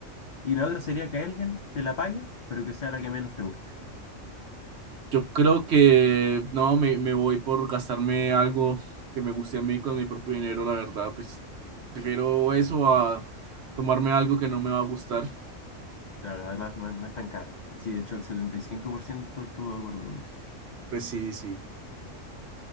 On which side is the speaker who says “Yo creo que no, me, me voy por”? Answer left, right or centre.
Right